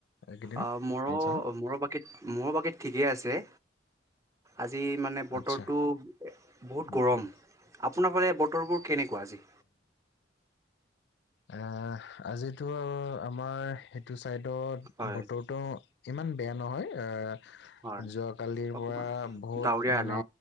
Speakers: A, on the left; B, on the right.
A: এইকেইদিন
B: অ' মোৰো
A: হাল চাল
B: মোৰ বাকি মোৰো বাকি ঠিকেই আছে। আজি মানে বতৰটো
A: আচ্ছা
B: বহুত
A: উম,
B: গৰম
A: উম।
B: আপোনাৰ ফালে বতৰবোৰ কেনেকুৱা আজি?
A: অ' আজিতো আমাৰ সেইটো চাইডত
B: হয়
A: বতৰটো ইমান বেয়া নহয় আহ
B: হয়
A: যোৱ কালিৰ
B: অকমান
A: পৰা বহুত
B: ডাৱৰীয়া
A: মানে
B: ন